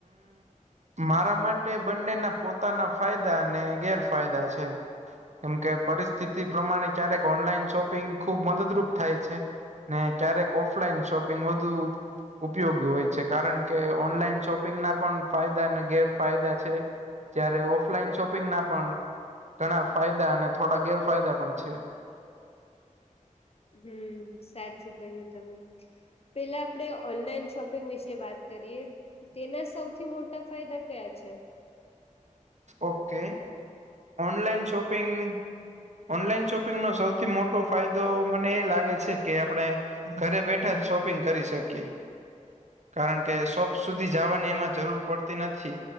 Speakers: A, on the right; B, on the left.
A: મારા માટે બંનેના પોતાના ફાયદા અને ગેરફાયદા છે. કેમ કે પરિસ્થિતિ પ્રમાણે ક્યારેક ઓનલાઈન શોપિંગ ખુબ મદદરૂપ થાય છે. ને ક્યારેક ઓફલાઈન શોપિંગ વધુ ઉપયોગી હોય છે. કારણ કે ઓનલાઈન શોપિંગ ના પણ ફાયદા ને ગેરફાયદા છે. જ્યારે ઓફલાઈન શોપિંગ ના પણ ઘણા ફાયદા અને થોડા ગેરફાયદા પણ છે.
B: હમ્મ. સાચું કહ્યું તમે. પહેલા આપણે ઓનલાઈન શોપિંગ વિશે વાત કરીએ. તેના સૌથી મોટા ફાયદા કયા છે?
A: ઓકે. ઓનલાઈન શોપિંગ ઓનલાઈન શોપિંગનો સૌથી મોટો ફાયદો મને એ લાગે છે કે આપણે ઘરે બેઠા જ શોપિંગ કરી શકીએ. કારણ કે શોપ સુધી જવાની એમાં જરૂર પડતી નથી.